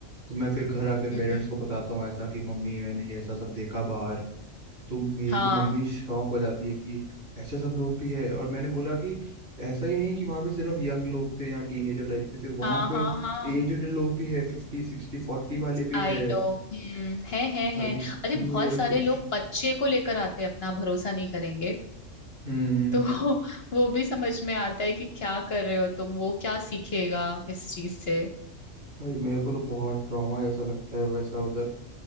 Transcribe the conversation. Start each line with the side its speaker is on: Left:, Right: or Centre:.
Right: तो मैं फिर घर आके
Left: हम्म,
Right: पेरेंट्स को बताता हूँ ऐसा कि मम्मी मैंने ये ऐसा सब देखा बाहर तो मेरी
Left: हाँ
Right: तो मम्मी शॉक हो जाती है कि ऐसे सब लोग भी है और मैंने बोला कि ऐसा ही नहीं कि वहां पे सिर्फ यंग लोग थे या टीनेजर टाइप के थे वहां
Left: हाँ हाँ
Right: पे
Left: हाँ
Right: एजड लोग भी है फिफ्टी सिक्सटी फोर्टी वाले भी
Left: I
Right: है
Left: know हम्म है है
Right: भाई
Left: है अरे
Right: मेरे
Left: बहुत सारे
Right: को
Left: लोग बच्चे को लेकर आते हैं अपना भरोसा नहीं करेंगे
Right: हम्म
Left: तो <laughs> वो भी समझ में आता है कि क्या कर रहे हो तुम वो क्या सीखेगा इस चीज से
Right: भाई मेरे को तो बहुत ड्रामा ऐसा लगता है वैसा उधर